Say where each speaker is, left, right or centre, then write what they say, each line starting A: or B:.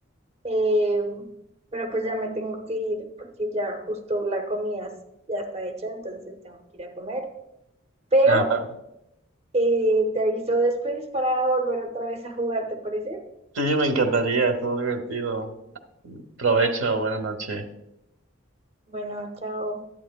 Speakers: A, on the right; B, on the right.
A: Eh, pero pues ya me tengo que ir porque ya justo la comida s- ya está hecha, entonces tengo que ir a comer. Pero
B: Ah,
A: eh, te aviso después para volver otra vez a jugar, ¿te parece?
B: sí, me encantaría, estuvo divertido. Provecho, buena noche.
A: Bueno, chao.